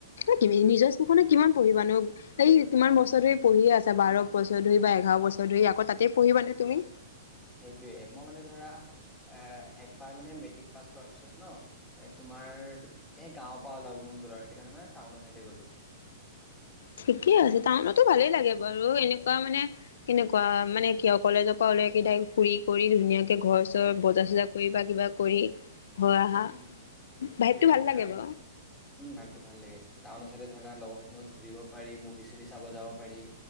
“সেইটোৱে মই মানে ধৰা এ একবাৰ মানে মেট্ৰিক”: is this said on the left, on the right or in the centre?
Centre